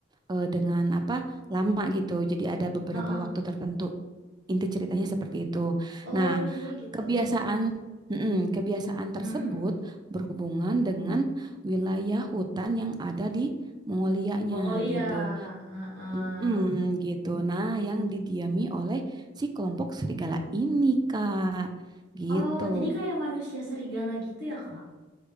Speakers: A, on the right (about 20°); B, on the right (about 60°).
A: eh, dengan apa lama gitu. Jadi ada beberapa
B: Ah, ah.
A: waktu tertentu. Inti ceritanya seperti itu.
B: Oh
A: Nah,
B: intinya gitu.
A: Kebiasaan, mm-mm, kebiasaan tersebut
B: Mm mm.
A: berhubungan dengan wilayah hutan yang ada di Mongolianya
B: Mongolia,
A: gitu.
B: ah, ah.
A: Mm-mm, gitu. Nah, yang didiami oleh si kelompok serigala ini, Kak. Gitu.
B: Oh jadi kayak manusia serigala gitu ya Kak?